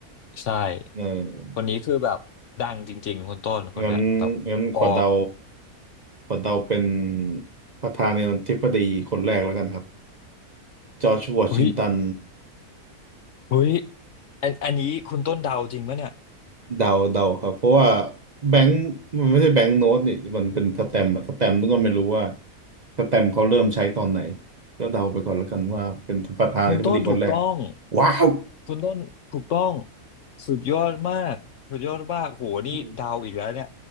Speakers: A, on the left; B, on the right.
A: ใช่
B: เออ
A: คนนี้คือแบบดังจริงๆคนต้นคนเนี้ยแบบพอ
B: งั้นงั้นขอเดาขอเดาเป็นประธานาธิบดีคนแรกแล้วกันครับจอร์จวอชิงตัน
A: อุ๊ย เฮ้ยอันอันนี้คุณต้นเดาจริงปะเนี่ย
B: เดาเดาครับเพราะว่าแบงค์มันไม่ใช่แบงค์โน้ตนี่มันเป็นสแตมป์อะสแตมป์นี่ก็ไม่รู้ว่าสแตมป์เขาเริ่มใช้ตอนไหนก็เดาไปก่อนแล้วกันว่าเป็นประธานาธิบดีคนแรก
A: คุณต้นถูกต้อง
B: ว้าว
A: คุณต้นถูกต้องสุดยอดมากสุดยอดมากโหนี่เดาวอีกแล้วเนี่ย
B: อืม